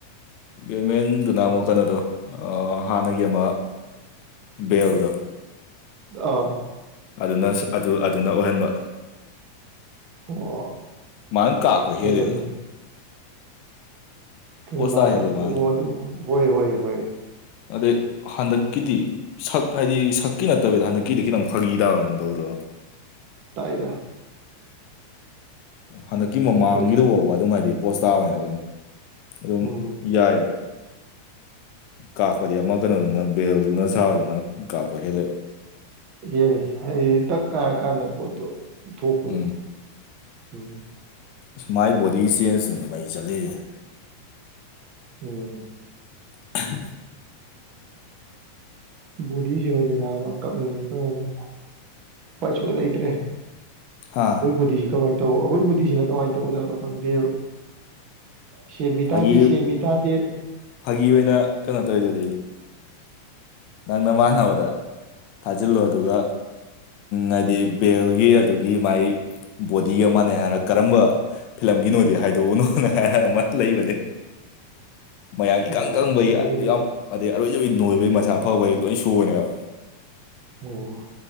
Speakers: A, on the left; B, on the right.
A: ꯕꯦꯠꯃꯦꯟꯗꯨꯅ ꯑꯃꯨꯛ ꯀꯩꯅꯣꯗꯣ ꯍꯥꯟꯅꯒꯤ ꯑꯃ ꯕꯦꯜꯗꯣ
B: ꯑꯥ
A: ꯑꯗꯨꯅ ꯑꯗꯨꯅ ꯑꯣꯏꯍꯟꯕ
B: ꯑꯣ
A: ꯃꯥꯅ ꯀꯥꯛꯄ
B: ꯐꯖꯔꯤꯅꯦ
A: ꯍꯦꯜꯂꯤꯗ
B: ꯀꯩ
A: ꯀꯣꯁꯇꯥ
B: ꯃꯥ ꯀꯥꯛꯄ
A: ꯍꯦꯜꯂꯤ ꯃꯥꯅ
B: ꯑꯣ ꯑꯗꯨ ꯍꯣꯏ ꯍꯣꯏ ꯍꯣꯏ
A: ꯑꯗꯩ ꯍꯟꯗꯛꯀꯤꯗꯤ ꯁꯛ ꯍꯥꯏꯗꯤ ꯁꯛꯀꯤ ꯅꯠꯇꯕꯤꯗ ꯍꯟꯗꯛꯀꯤꯗꯤ ꯈꯤꯇꯪ ꯐꯥꯒꯤ ꯇꯥꯕꯝ ꯇꯧꯗ꯭ꯔꯣ
B: ꯇꯥꯏꯗ
A: ꯍꯟꯗꯛꯀꯤ ꯃꯃꯥꯡꯒꯤꯗꯨ
B: ꯄꯣꯠꯇꯨ
A: ꯐꯥꯎꯕ ꯑꯗꯨꯝ ꯍꯥꯏꯗꯤ ꯄꯣꯁ ꯇꯥꯕꯅꯦ ꯑꯗꯨꯝ ꯑꯗꯨꯝ
B: ꯎꯝ
A: ꯌꯥꯏꯑꯕ ꯀꯥꯛꯄꯗꯤ ꯑꯃ ꯀꯩꯅꯣꯗꯨꯅ ꯕꯦꯜꯗꯨꯅ ꯁꯥꯔꯗꯨꯅ ꯀꯥꯛꯄ ꯍꯦꯜꯂꯛꯑꯣ
B: ꯍꯦꯜꯂꯤ ꯍꯥꯏꯗꯤ ꯇꯛ ꯀꯥꯔꯀꯥꯟꯗ ꯄꯣꯠꯇꯣ ꯊꯣꯛꯄꯗꯣ
A: ꯎꯝ
B: ꯎꯝ
A: ꯑ ꯃꯥꯏ ꯕꯣꯗꯤ ꯆꯦꯟꯖꯇꯨꯅꯦ ꯃꯩ ꯆꯠꯂꯤꯔꯤꯅꯦ
B: ꯎꯝ
A: <inaudible>
B: ꯕꯣꯗꯤꯁꯤꯃꯗꯤ ꯅꯥꯕ ꯀꯞꯅꯤꯡꯉꯦ ꯐꯖꯅ ꯎꯄꯥꯏ ꯁꯨꯡ ꯂꯩꯇ꯭ꯔꯦ
A: ꯍꯥ
B: ꯣꯗꯤꯁꯤ ꯀꯃ ꯇ ꯑꯩꯈꯣꯏꯕꯨꯗꯤꯁꯤꯅ ꯀꯃꯥꯏꯅ ꯇꯧꯖꯥꯠꯅꯣ ꯈꯪꯗꯦꯕ ꯁ ꯃꯤꯇꯥꯗꯦ
A: ꯐꯥꯒꯤ
B: ꯁꯤ ꯃꯤꯇꯥꯗꯦ
A: ꯐꯥꯒꯤ ꯑꯣꯏꯅ ꯀꯩꯅꯣ ꯇꯧꯔꯤꯗꯣꯗꯤꯅꯤ ꯅꯪꯅ ꯃꯥꯟꯅꯕꯗ ꯊꯥꯖꯤꯜꯂꯣ ꯑꯗꯨꯒ ꯍꯥꯏꯗꯤ ꯕꯦꯜꯒꯤ ꯑꯗꯨꯒꯤ ꯃꯥꯏ ꯕꯣꯗꯤ ꯑꯃꯅꯦ ꯍꯥꯏꯔꯒ ꯀꯔꯝꯕ ꯐꯤꯂꯝꯒꯤꯅꯣꯗꯤ ꯍꯥꯏꯗꯣꯛꯎꯅꯣꯅ ꯍꯥꯏ ꯑꯃ ꯂꯩꯕꯅꯦ
B: <inaudible>
A: ꯃꯌꯥꯡ ꯏꯀꯪ
B: ꯑꯣ
A: ꯀꯪꯕꯩ
B: ꯎꯗꯔꯤ
A: ꯌꯥꯝ ꯑꯗꯩ ꯑꯔꯣꯏꯖꯕꯣꯏ ꯅꯣꯏꯕꯒꯤ ꯃꯁꯥ ꯐꯕꯩ ꯂꯣꯏ ꯁꯨꯕꯅꯦꯕ
B: ꯑꯣ